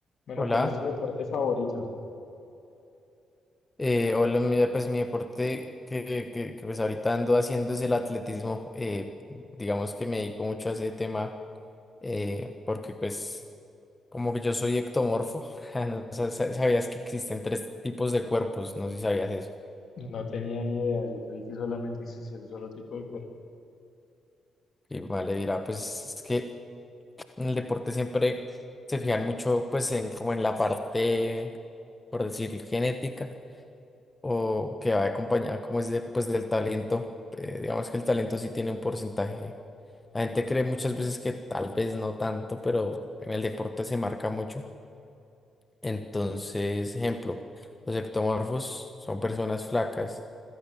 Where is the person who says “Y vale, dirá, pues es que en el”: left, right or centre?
Left